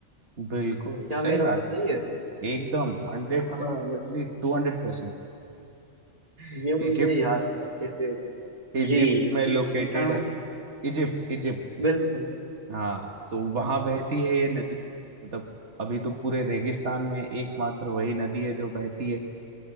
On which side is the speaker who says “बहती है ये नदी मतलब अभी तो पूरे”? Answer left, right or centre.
Right